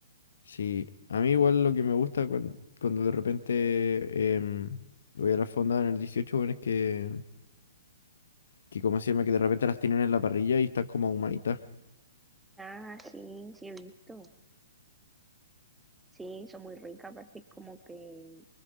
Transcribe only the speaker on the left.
Sí, a mí igual lo que me gusta cuando, cuando de repente em, voy a la fonda en el dieciocho bueno, es que, que, ¿cómo se llama? Que de repente las tienen en la parrilla y están como ahumaditas.